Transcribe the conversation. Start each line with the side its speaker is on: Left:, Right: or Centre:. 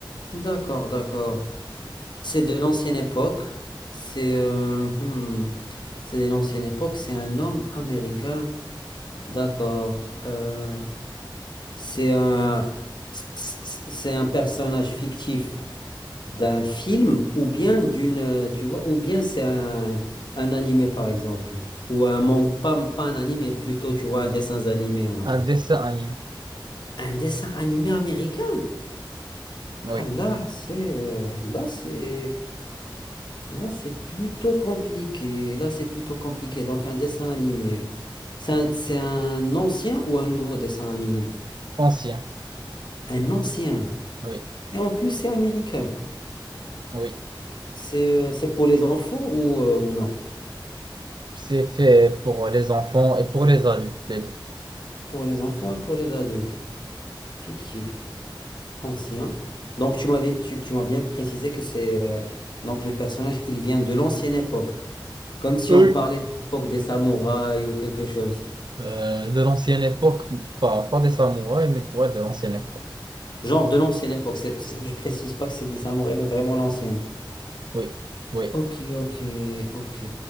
Left: D'accord, d'accord. C'est de l'ancienne époque. C'est euh, hmm, c'est de l'ancienne époque. C'est un homme américain. D'accord. Euh, c'est un c'est c'est un personnage fictif. d'un film ou bien d'une, euh, tu vois, ou bien c'est un, un animé par exemple, ou un manga, pas, pas un animé, plutôt tu vois un dessin animé ou un
Right: Un
Left: truc.
Right: dessin animé.
Left: Un dessin animé américain?
Right: Oui.
Left: Ah là, c'est euh, là c'est là c'est plutôt compliqué. Là c'est plutôt compliqué. Donc un dessin animé, c'est un, c'est un ancien ou un nouveau dessin animé?
Right: Ancien.
Left: Un ancien.
Right: Oui.
Left: Et en plus c'est américain.
Right: Oui.
Left: C'est euh, c'est pour les enfants ou, euh, ou non?
Right: C'est fait pour les enfants et pour les adultes, les deux.
Left: Pour les enfants et pour les adultes. Fictif, ancien. Donc tu m'avais, tu, tu m'as bien précisé que c'est euh, donc le personnage, il vient de l'ancienne époque, comme si
Right: Oui.
Left: on parlait de l'époque des samouraïs ou quelque chose.
Right: Euh, de l'ancienne époque, pas, pas des samouraïs, mais ouais de l'ancienne époque.
Left: Genre de l'ancienne époque. c'est- c'est- je précise pas que c'est des samouraïs, mais vraiment l'ancienne.
Right: Oui. Oui.
Left: Ok, ok, ok.